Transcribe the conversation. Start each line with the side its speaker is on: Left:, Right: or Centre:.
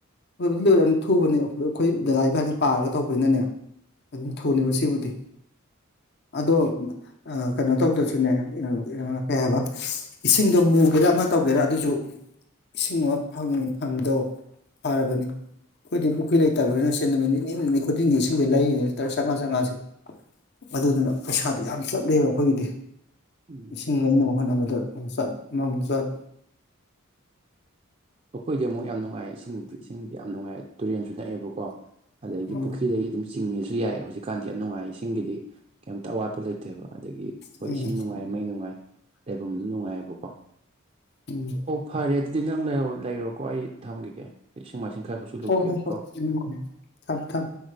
Left: ꯂꯣꯢꯕꯗꯤ ꯂꯣꯏꯔꯅꯤ ꯊꯨꯕꯅꯦ ꯑꯩꯈꯣꯏ ꯗꯗꯥ ꯏꯕꯥꯅꯤ ꯄꯥꯔꯒ ꯇꯧꯕꯅꯤꯅꯅꯦ ꯑꯗꯨꯝ ꯊꯨꯅꯦꯕ ꯁꯤꯕꯨꯗꯤ ꯑꯗꯣ ꯑꯥ ꯀꯩꯅꯣ ꯇꯧꯗ꯭ꯔꯥꯁꯨ <unintelligible> ꯀꯩ ꯍꯥꯏꯕ ꯏꯁꯤꯡꯗꯣ ꯃꯨꯒꯦꯔꯥ ꯑꯃ ꯇꯧꯒꯦꯔꯥ ꯑꯗꯨꯁꯨ ꯏꯁꯤꯡ ꯑꯃ ꯐꯪꯉꯤ ꯐꯉꯤꯗꯣ ꯐꯔꯕꯅꯤ꯫ ꯑꯩꯈꯣꯏꯗꯤ ꯄꯨꯈꯤ ꯂꯩꯇꯕꯅꯤꯅ ꯁꯦ ꯅꯨꯃꯤꯠ ꯅꯤꯅꯤ ꯅꯤꯅꯤ ꯈꯨꯗꯤꯡꯒꯤ ꯏꯁꯤꯡꯁꯦ ꯂꯩꯔꯤꯅꯤ ꯂꯤꯇꯔ ꯆꯝꯉꯥ ꯆꯝꯉꯥꯁꯦ ꯑꯗꯨꯗꯨꯅ ꯄꯩꯁꯥꯗꯣ ꯌꯥꯝ ꯆꯠꯂꯦꯕ ꯑꯩꯈꯣꯏꯒꯤꯗꯤ
Right: ꯎꯝ
Left: ꯏꯤꯡ ꯂꯩꯅꯕ ꯍꯣꯠꯅꯕꯗ ꯃꯆꯠ ꯑꯃ ꯃꯨꯛꯆꯠ
Right: ꯑꯩꯈꯣꯏꯗꯤ ꯑꯃꯨꯛ ꯌꯥꯝ ꯅꯨꯡꯉꯥꯏ ꯏꯁꯤꯡꯗꯤ ꯏꯁꯤꯡꯗꯤ ꯌꯥꯝ ꯅꯨꯡꯉꯥꯏ ꯇꯨꯔꯦꯟꯁꯨ ꯅꯛꯑꯦꯕꯀꯣ ꯑꯗꯒꯤ
Left: ꯎꯝ
Right: ꯄꯨꯈ꯭ꯔꯤꯗꯒꯤ ꯑꯗꯨꯝ ꯆꯤꯡꯉꯦꯁꯨ ꯌꯥꯏ ꯍꯧꯖꯤꯛꯀꯥꯟꯗꯤ ꯌꯥꯝ ꯅꯨꯡꯉꯥꯏ ꯏꯁꯤꯡꯒꯤꯗꯤ ꯀꯩꯝꯇ ꯑꯋꯥꯠꯄ ꯂꯩꯇꯦꯕ ꯑꯗꯒꯤ ꯍꯣꯏ
Left: ꯎꯝ ꯎꯝ
Right: ꯏꯁꯤꯡ ꯅꯨꯡꯉꯥꯏ ꯃꯩ ꯅꯨꯡꯉꯥꯏ ꯂꯩꯕꯝ ꯑꯗꯨꯝ ꯅꯨꯡꯉꯥꯏꯑꯦꯕꯀꯣ
Left: ꯎꯝ
Right: ꯐꯔꯦ ꯑꯗꯨꯗꯤ ꯅꯪ ꯂꯩꯍꯎ ꯂꯩꯔꯣꯀꯣ ꯑꯩ ꯊꯝꯒꯤꯒꯦ ꯑꯩ ꯢꯁꯤꯡꯃꯥꯏꯁꯤꯡ ꯈꯔ ꯁꯣꯛꯆꯤꯜꯂꯨꯈꯤꯒꯦꯕꯀꯣ
Left: ꯍꯣ ꯍꯣ ꯍꯣꯏ ꯎꯝ ꯊꯝꯃꯦ ꯊꯝꯃꯦ